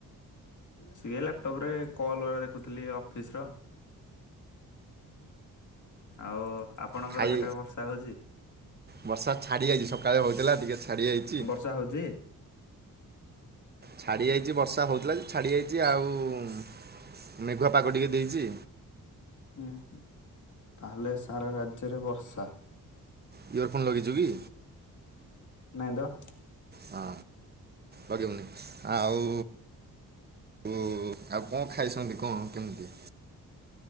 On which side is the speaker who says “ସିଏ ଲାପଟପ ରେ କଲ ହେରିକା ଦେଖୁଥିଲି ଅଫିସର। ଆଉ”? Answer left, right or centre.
Left